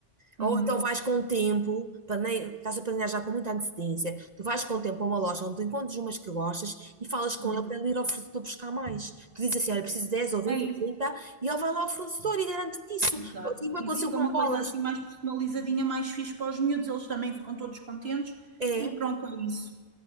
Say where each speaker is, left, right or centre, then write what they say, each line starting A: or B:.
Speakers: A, on the right; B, on the right.
A: Uhum,
B: Ou então vais com o tempo, plane... estás a planejar já com muita antecedência. Tu vais com o tempo a uma loja onde tu encontras umas que gostas e falas com
A: uhum.
B: ele para ele ir ao fornecedor buscar mais. Tu dizes assim, olha, preciso dez ou vinte
A: É isso,
B: ou trinta e ele vai lá ao fornecedor e garante-te isso.
A: exato.
B: Assim como
A: E
B: aconteceu
A: fica
B: com
A: uma
B: bolas.
A: coisa assim mais personalizadinha, mais fixe para os miúdos, eles também ficam todos contentes.
B: É,
A: E pronto, é isso.